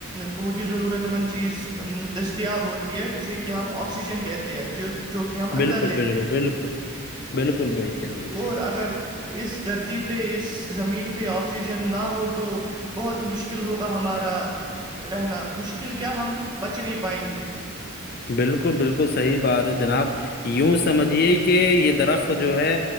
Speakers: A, on the right (about 20°); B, on the left (about 45°).
A: بہت ہی ضرورت مند چیز دستیاب ہوتی ہے جسے کہ ہم آکسیجن کہتے ہیں جو کہ ہم اندر
B: بالکل
A: لیتے
B: بالکل
A: ہیں
B: بالکل بالکل بالکل جی
A: اور اگر اس دھرتی پہ اس زمین پہ آکسیجن نہ ہو تو بہت مشکل ہوگا ہمارا رہنا مشکل کیا ہم بچ نہیں پائیں گے
B: بالکل بالکل صحیح بات ہے جناب یوں سمجھیے کہ یہ درخت جو ہے